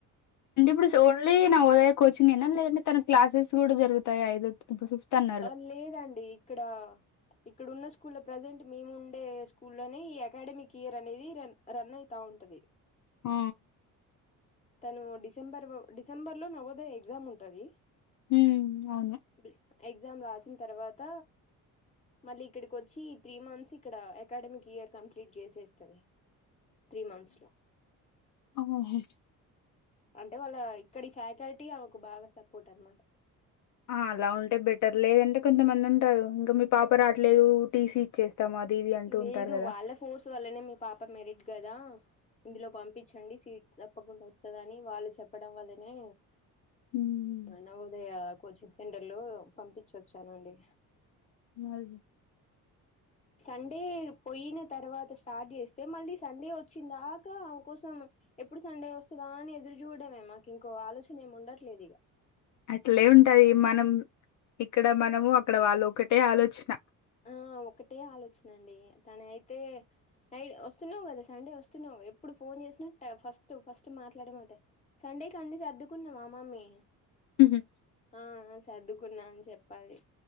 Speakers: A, on the left; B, on the left.
A: అంటే ఇప్పుడు సొ ఓన్లీ నవోదయ కోచింగ్ ఏనా లేదంటే తనకి క్లాసెస్ కూడా జరుగుతాయి ఐదు ఇప్పుడు ఫిఫ్త్ అన్
B: ఆ లేదండి ఇక్కడ ఇక్కడున్న స్కూల్లో ప్రజెంట్ మేముండే స్కూల్లోనే ఈ అకాడమిక్ ఇయర్ అనేది రన్ రన్ అయితా ఉంటది
A: ఉ
B: తను డిసెంబర్ వో డిసెంబర్ లో నవోదయ ఎగ్జామ్ ఉంటది
A: ఉ అవును
B: డి ఎగ్జామ్ రాసిన తర్వాత మళ్లీ ఇక్కడికి వచ్చి త్రీ మంత్స్ ఇక్కడ అకాడమిక్ ఇయర్ కంప్లీట్ చేసేస్తాది త్రీ మంత్స్ లో
A: అవునుహెయిర్
B: అంటే వాళ్ళ ఇక్కడ ఫ్యాకల్టీ ఆమెకు బాగా సపోర్ట్ అనమాట
A: ఆ అలా ఉంటే బెటర్ లేదంటే కొంతమంది ఉంటారు ఇంకా మీ పాప రాట్లేదు టీసీ ఇచ్చేస్ తమది ఇది అంటూ
B: లేదు
A: ఉంటారు కదా
B: వాళ్ళ ఫోర్స్ వల్లనే మీ పాప మెరిట్ కదా ఇందులో పంపించండి సీట్ తప్పకుండా వస్తదని వాళ్ళు చెప్పడం వల్లనే
A: ఉమ్
B: నవోదయ కోచింగ్ సెంటర్లు పంపించ్చి వచ్చానండి
A: అ <unintelligible>
B: సండే పోయిన తర్వాత స్టార్ట్ చేస్తే మళ్ళీ సండే వచ్చి దాకా ఆమె కోసం ఎప్పుడు సండే వస్తదా అని ఎదురు చూడడమే మాకు ఇంకో ఆలోచన ఏమి ఉండట్లేదు ఇగ
A: అట్లే ఉంటది మనం ఇక్కడ మనము అక్కడ వాళ్ళు ఒకటే ఆలోచన
B: ఆ ఒకటే ఆలోచన అండి తనయి అయితే నై వస్తున్నావు కదా సండే వస్తున్నావుగా ఎప్పుడు ఫోన్ చేసినా ఫస్ట్ ఫస్ట్ మాట్లాడేది మాటే సండేకి అన్నీ సర్దుకున్నవా మమ్మీ
A: ఉహు
B: ఆ సర్దుకున్నా అని చెప్పాలి